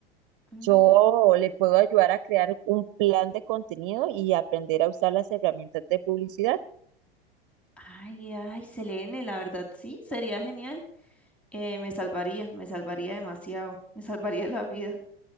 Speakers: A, in the centre; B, on the right.
A: Mm,
B: Yo le puedo ayudar a crear un plan de contenido y aprender a usar las herramientas de publicidad.
A: Ay, ay, Selene, la verdad sí, sería genial. Eh, me salvaría, me salvaría demasiado, me salvaría la vida.